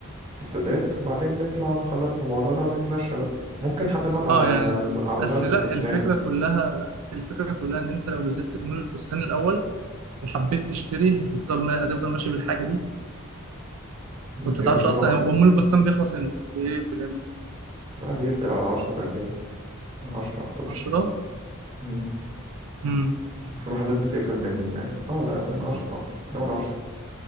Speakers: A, on the right; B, on the right.
A: السادات وبعدين نطلع نخلص الموضوع ده ونتمشى بقى ممكن حتى نقعد على
B: اه يعني
A: على
B: بس
A: زهرة
B: لا
A: البستان
B: الفكرة كلها الفكرة كلها إن أنت لو نزلت مول البستان الأول وحبيت تشتري هتفضل ما... هتفضل ماشي بالحاجة دي وأنت
A: يا
B: تعرفش
A: اسطى
B: أصلا
A: ما
B: هو مول البستان بيخلص إمتى بيقفل إمتى
A: ما بيقفل على عشرة كده عشرة حداشر
B: عشرة
A: مم.
B: مم.
A: في محلات بتقفل من اه لا من عشرة آه، من أول عشرة